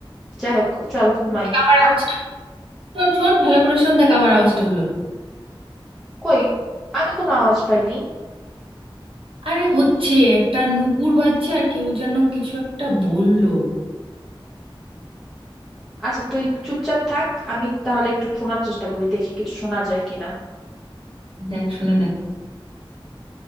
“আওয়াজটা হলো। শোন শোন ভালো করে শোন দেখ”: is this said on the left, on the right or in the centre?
Right